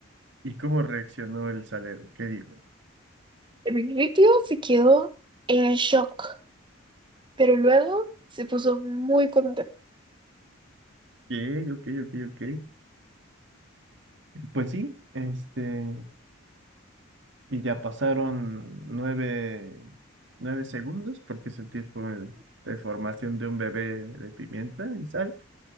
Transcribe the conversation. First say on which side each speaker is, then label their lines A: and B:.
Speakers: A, on the right; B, on the right.
A: y cómo reaccionó el salero, ¿qué dijo?
B: El principio se quedó en shock, pero luego se puso muy contento.
A: Ok, ok, ok, ok. Pues sí, este, Y ya pasaron nueve, nueve segundos, porque es el tiempo de, de formación de un bebé de pimienta y sal.